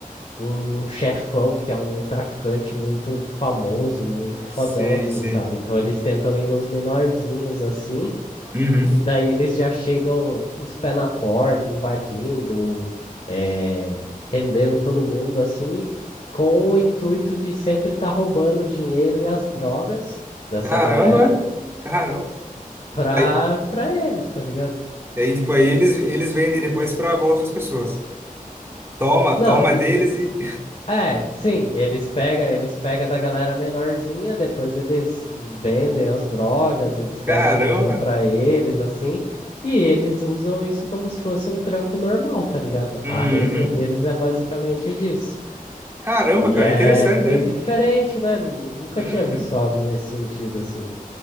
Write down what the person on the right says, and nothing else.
Sei,
sei.
Uhum.
Caramba!
Caramba!
Aí,
aí, tipo, aí eles, eles vendem depois para outras pessoas. Toma,
toma
deles e.
<laughs> Caramba!
Uhum.
Caramba,
cara,
interessante,
né?
Uhum.